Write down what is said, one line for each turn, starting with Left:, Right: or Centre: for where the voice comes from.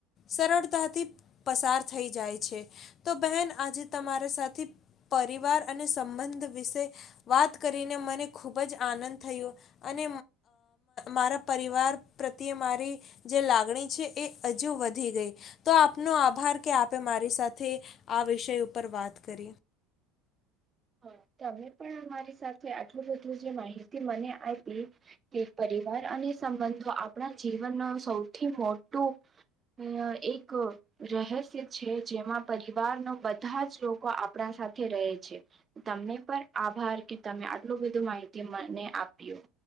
Left: સરળતાથી પસાર થઈ જાય છે તો બહેન આજે તમારા સાથે પરિવાર અને સંબંધ વિશે વાત કરીને મને ખૂબ જ આનંદ થયો અને મારા પરિવાર પ્રત્યે મારી જે લાગણી છે એ હજુ વધી ગઈ તો આપનો આભાર કે આપે મારી સાથે આ વિષય ઉપર વાત કરી
Right: હ તમે પણ અમારી સાથે આટલું બધું જે માહિતી મને આપી કે પરિવાર અને સંબંધો આપણા જીવનનો સૌથી મોટું એક રહસ્ય છે જેમાં પરિવાર નો બધા જ લોકો આપણા સાથે રહે છે તમને પર આભાર કે તમે આટલું બધું માહિતી મને આપ્યું